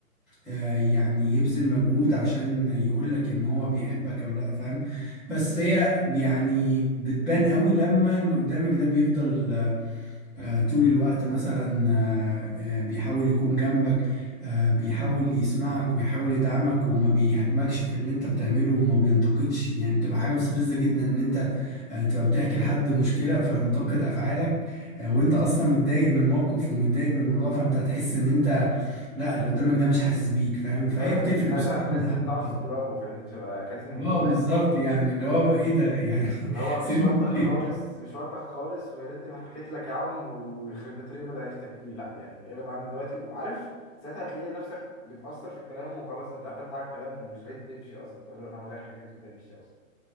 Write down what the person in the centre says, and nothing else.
آه، يعني يبذل مجهود عشان يقول لك ان هو بيحبك او لا فاهم بس هي يعني بتبان قوي لما اللي قدامك ده بيفضل آه، طول الوقت مثلا آه، آه، بيحاول يكون جنبك آه، بيحاول يسمعك ويحاول يدعمك وما بيهاجمكش في اللي انت بتعمله وما بينتقدش يعني بتبقى حاجة مستفزة جدا ان انت آه، تبقى بتحكي لحد مشكلة فينتقد افعالك آه، وانت اصلا متضايق من الموقف ومتضايق من الموضوع فانت هتحس ان انت لا اللي قدامك ده مش حاسس بيك فاهم فهي
بتفرق
بصراحه
من حد
للتاني.
اه بالظبط يعني اللي هو ايه ده يعني
<laughs>
سيبني
طيب